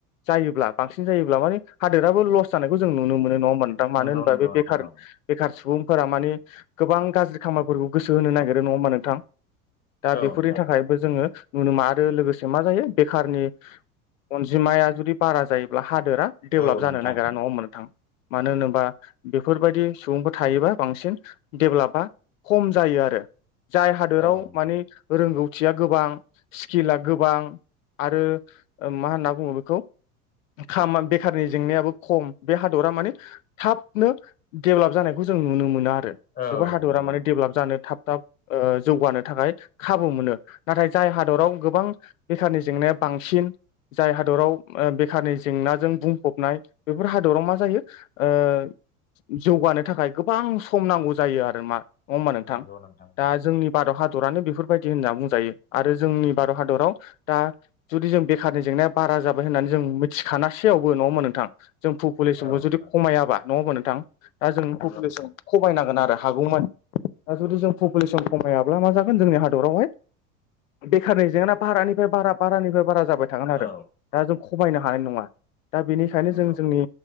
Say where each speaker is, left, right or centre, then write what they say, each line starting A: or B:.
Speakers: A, on the left (about 65°); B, on the left (about 20°).
A: जायोब्ला बांसिन जायोब्ला माने हादोराबो लस जानायखौ जों नुनो मोनो नङा होमबा नो दा
B: नंगौ
A: मानो होनबा
B: नंगौ
A: बे
B: नोंथां
A: बेखार
B: औ
A: बेखार सुबुंफोरा माने गोबां गाज्रि खामानिफोरखौ गोसो होनो नागिरो नङा होमा नोंथां। दा
B: औ
A: बेफोरनि
B: नोंथां
A: थाखायबो जोङो नुनो मोना आरो लोगोसे मा जायो बेखारनि अनजिमाया
B: नोंथां
A: जुदि बारा जायोब्ला हादोरा डेभेलप
B: औ नोंथां
A: जानो नागिरा नङा होनबा नों थां मानो होनोबा बेफोर बायदि सुबुंफोर थायोबा बांसिन डेभलपा खम जायो आरो जाय हादोराव
B: औ नोंथां
A: मानि रोंगौथिया गोबां स्किला गोबां आरो ओ मा होनना बुङो बेखौ खामा बेखारनि जेंनायाबो खम बे हादरा मानि थाबनो दडेभेलप जानायखौ जों नुनो मोनो आरो। बेफोर
B: औ
A: हादरा
B: नंगौ
A: माने डेभेलप जानो थाब थाब ओ जौगानो थाखाय खाबु मोनो नाथाय जाय हादराव गोबां बेखारनि जेंनाया बांसिन जाय हादराव ओ बेखारनि जेंनाजों बुंफबनाय बे बेफोर हादराव मा जायो ओ जौगानो थाखाय गोबां सम नांगौ जायो आरो मा नङा होमबा नोंथां
B: नंगौ
A: दा
B: औ
A: जोंनि भारत हादरानो बेफोर बायदि होनना बुंजायो आरो जोंनि भारत हादराव दा जुदि जों बेखारनि जेंनाया बारा जाबाय होननानै जों मिथिखानासैयावबो नङा होमबा नोंथां? जों पपुलेसनखौ
B: औ
A: जुदि
B: नोंथां
A: खमायाबा नङबा नोंथां दा जों
B: नंगौ
A: पपुलेसन
B: नोंथां
A: खमायनांगोन आरो हागौमानि दा जुदि जों पपुलेसन खमायाब्ला मा जागोन जोंनि हादरावहाय बेखारनि जेंना बारानिफ्राय बारा बारानिफ्राय बारा जाबाय थागोन आरो
B: औ
A: दा जों खमायनो हानाय नङा दा बेनिखायनो
B: नंगौ
A: जों नि